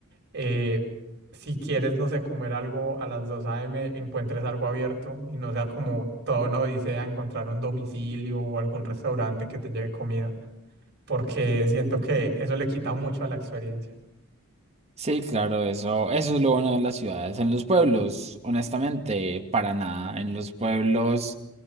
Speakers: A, on the right (about 50°); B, on the right (about 30°).
A: eh, si quieres, no sé, comer algo a las 2 a.m., encuentres algo abierto y no sea como toda una odisea encontrar un domicilio o algún restaurante que te lleve comida, porque siento que eso le quita mucho a la experiencia.
B: Sí, claro, eso, eso es lo bueno de las ciudades. En los pueblos, honestamente, para nada. En los pueblos.